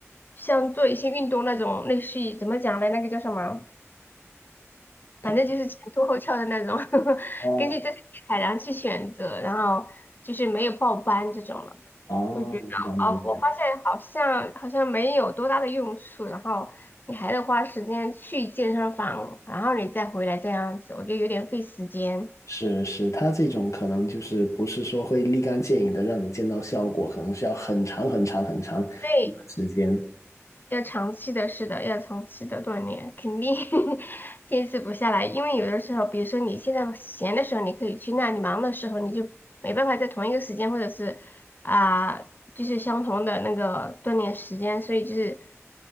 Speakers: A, on the left (about 40°); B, on the left (about 80°).
A: 像做一些运动那种，类似于怎么讲呢？那个叫什么？
B: 跑？
A: 反正就是前凸后翘的那种，<laughs>
B: 哦
A: 根据自己的体态然后去选择，然后就是没有报班这种了。
B: 哦，
A: 我觉得哦，
B: 明白明白，
A: 我发现好像好像没有多大的用处，然后你还得花时间去健身房，然后你再回来这样子，我觉得有点费时间。
B: 是是，他这种可能就是不是说会立竿见影的让你见到效果，可能需要很长很长很长一段时间。
A: 对，要长期的，是的，要长期的锻炼，肯定 <laughs> 坚持不下来。因为有的时候，比如说你现在闲的时候，你可以去那；你忙的时候，你就没办法在同一个时间，或者是啊、就是相同的那个锻炼时间。所以就是